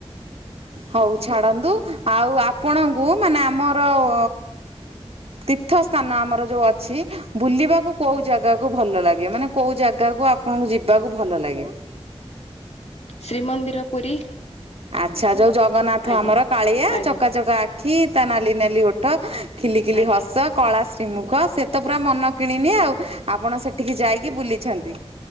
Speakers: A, on the right; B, on the left.
A: ହଉ ଛାଡନ୍ତୁ ଆଉ ଆପଣଙ୍କୁ ମାନେ ଆମର ଉ ତିର୍ଥ ସ୍ଥାନ ଆମର ଯୋଉ ଅଛି ବୁଲିବାକୁ କୋଉ ଜାଗାକୁ ଭଲ ଲାଗେ ମାନେ କୋଉ ଜାଗାକୁ ଆପ ଯିବାକୁ ଭଲ ଲାଗେ।
B: ଶ୍ରୀମନ୍ଦିର ପୁରୀ।
A: ଆଚ୍ଛା ଯୋଉ ଜଗନ୍ନାଥ
B: ଆଜ୍ଞା।
A: ଆମର କାଳିଆ
B: ଆଜ୍ଞା
A: ଚକାଚକା ଆଖି ତା ନାଲି ନାଲି ଓଠ ଖିଲ ଖିଲି
B: ଆଜ୍ଞା
A: ହସ କଳା ଶ୍ରୀମୁଖ ସେ ତ ପୁରା ମନ କିଣିନି ଆଉ ଆପଣ ସେଠିକି ଯାଇକି ବୁଲିଛନ୍ତି।